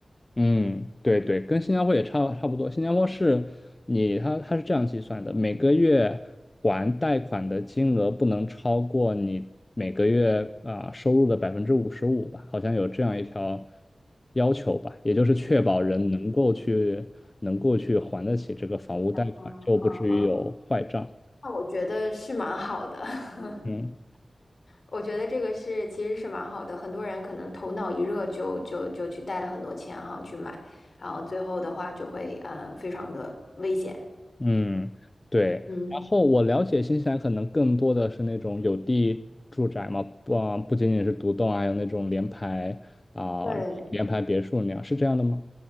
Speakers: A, on the left (about 30°); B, on the left (about 60°).
A: 嗯，对对，跟新加坡也差差不多。新加坡是你，它它是这样计算的，每个月还贷款的金额不能超过你每个月啊、收入的百分之五十五吧，好像有这样一条要求吧，也就是确保人能够去能够去还得起这个房屋贷款，
B: 嗯嗯嗯。
A: 就不至于有坏账。
B: 那我觉得是蛮好的，<laughs>
A: 嗯。
B: 我觉得这个是其实是蛮好的。很多人可能头脑一热就就就去带了很多钱哈去买，然后最后的话就会嗯非常的危险。
A: 嗯，对。
B: 嗯，
A: 然后我了解新西兰可能更多的是那种有地住宅嘛，不啊不仅仅是独栋，还有那种联排啊、
B: 对
A: 联排别墅那样，是这样的吗？